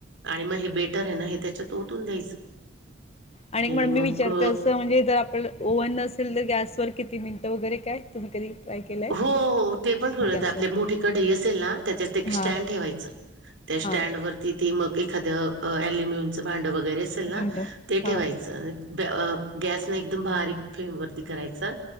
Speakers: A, on the right (about 75°); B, on the left (about 35°).
A: आणि मग
B: बर.
A: हे बेटर आहे ना हे त्याच्यात ओतून द्यायचं.
B: आणि म्हणून
A: मग
B: मी विचारतेस
A: हो
B: तवा म्हणजे जर आपण ओव्हन नसेल तर, गॅसवर किती मिनटं वगैरे काय तुम्ही कधी. ट्राय केलंय?
A: हो हो ते पन खू
B: हा
A: <unintelligible>
B: गॅसवर
A: आपले मोठी कढईही असेल ना त्याच्यात
B: हा
A: स्टॅन्ड ठेवायचं. त्या स्टॅन्डवर
B: हा
A: तिथे मग एखादं अ अल्युमिनियमचं भांडं वगैरे असेल ना
B: भांड
A: ते
B: हा
A: ठेवायचं गॅस न एकदम बारीक फ्लेमवरती करायचा